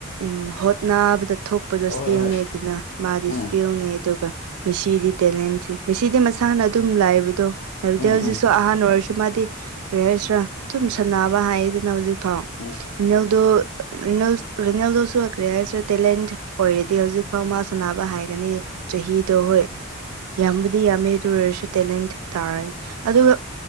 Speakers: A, on the right; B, on the left.
A: ꯎꯝ ꯍꯣꯠꯅꯕꯗ ꯊꯣꯛꯄꯗ
B: ꯍꯣꯏ
A: ꯏꯁꯀꯤꯜꯅꯦ
B: ꯍꯣꯏ
A: ꯑꯗꯨꯅ ꯃꯥꯗꯤ
B: ꯎꯝ
A: ꯏꯁꯀꯤꯜꯅꯦ ꯑꯗꯨꯒ ꯃꯤꯁꯤꯒꯤ ꯇꯦꯂꯦꯟꯊꯤ ꯃꯁꯤꯗꯤ ꯃꯁꯥꯅ ꯑꯗꯨꯝ ꯂꯥꯛꯏꯕꯗꯣ ꯍꯥꯏꯕꯗꯤ
B: ꯎꯝ
A: ꯍꯧꯖꯤꯛꯁꯨ
B: ꯎꯝ
A: ꯑꯍꯥꯟꯕ ꯑꯣꯏꯔꯁꯨ ꯃꯥꯗꯤ ꯀꯔꯤ ꯍꯥꯏꯁꯔꯥ ꯑꯗꯨꯝ ꯁꯥꯟꯅꯕ ꯍꯥꯏꯌꯦꯗꯅ ꯍꯧꯖꯤꯛ ꯐꯥꯎ
B: ꯎꯝ
A: ꯔꯨꯅꯦꯜꯗꯣ ꯔꯤꯅꯦꯜ ꯔꯤꯅꯦꯜꯗꯣꯁꯨ ꯀꯔꯤ ꯍꯥꯏꯁꯤꯔ ꯇꯦꯂꯦꯟ ꯑꯣꯏꯔꯗꯤ ꯍꯧꯖꯤꯛ ꯐꯥꯎ ꯃꯥ ꯁꯥꯟꯅꯕ ꯍꯥꯏꯒꯅꯤ ꯆꯍꯤꯗꯣ ꯍꯣꯏ ꯌꯥꯝꯕꯨꯗꯤ ꯌꯥꯝꯃꯦ ꯑꯗꯨ ꯑꯣꯏꯔꯁꯨ ꯇꯦꯂꯦꯟ ꯇꯥꯔꯦ ꯑꯗꯨꯒ